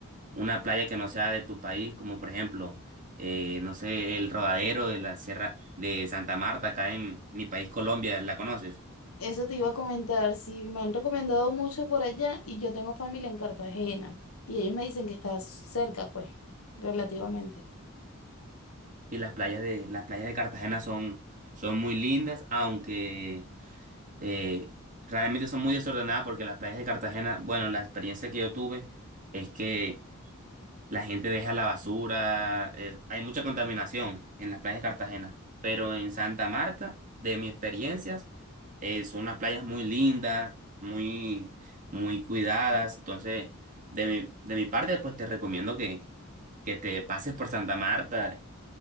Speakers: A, on the right; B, on the left.
A: una playa que no sea de tu país, como por ejemplo, eh, no sé, el Rodadero de la Sierra de Santa Marta, acá en mi país Colombia, ¿la conoces?
B: Eso te iba a comentar, si me han recomendado mucho por allá y yo tengo familia en Cartagena y ellos me dicen que está cerca, pues, relativamente.
A: Y las playas de, las playas de Cartagena son, son muy lindas, aunque eh, realmente son muy desordenadas porque las playas de Cartagena, bueno, la experiencia que yo tuve es que la gente deja la basura, eh, hay mucha contaminación en las playas de Cartagena, pero en Santa Marta, de mis experiencias, eh, son unas playas muy lindas, muy, muy cuidadas, entonces, de mi, de mi parte, pues te recomiendo que, que te pases por Santa Marta,